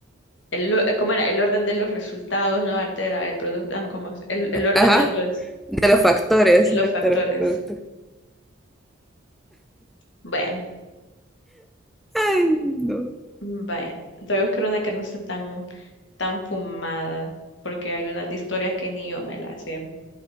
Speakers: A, on the left (about 60°); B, in the centre.
A: El, lo- ¿cómo era? El orden de los resultados no altera el producto. Ah, no, ¿cómo es? El, el orden
B: Ajá.
A: de los,
B: De los factores,
A: de los
B: no de
A: factores.
B: los productos.
A: Bueno.
B: Ay, no.
A: Vaya, voy a buscar una que no esté tan, tan fumada, porque hay unas de historias que ni yo me las sé.